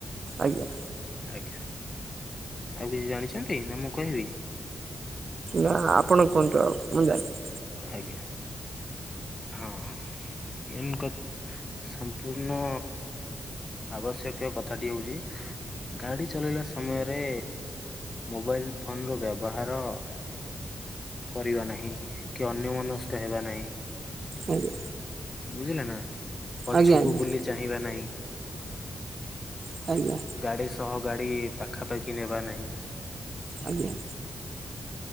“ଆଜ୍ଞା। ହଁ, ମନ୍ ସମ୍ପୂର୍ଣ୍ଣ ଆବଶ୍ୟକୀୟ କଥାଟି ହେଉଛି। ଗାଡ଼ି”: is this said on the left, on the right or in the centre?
Left